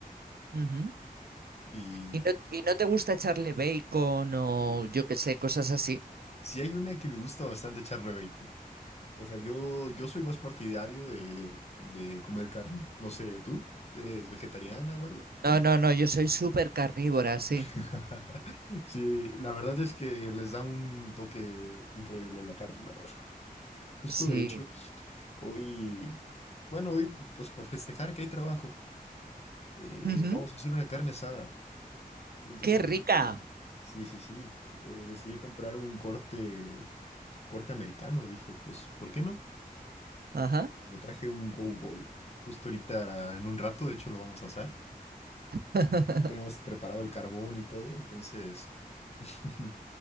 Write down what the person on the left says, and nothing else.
Y
uf,
sí hay una que me gusta bastante echarle bacon. O sea, yo, yo soy más partidario de, de comer carne. No sé, ¿tú eres vegetariana o algo?
¿No?
<laughs> Sí, la verdad es que les da un toque increíble la carne, la verdad. Justo
de hecho, hoy, bueno, hoy pues para festejar que hay trabajo, eh,
vamos a hacer una carne asada entre
unos-
Sí, sí, sí. eh, decidí comprar un corte, corte americano. Dije, pues, ¿por qué no?
Me traje un cowboy. Justo ahorita, en un rato, de hecho, lo vamos a asar.
Ya Tenemos preparado el carbón y todo, entonces, <laughs>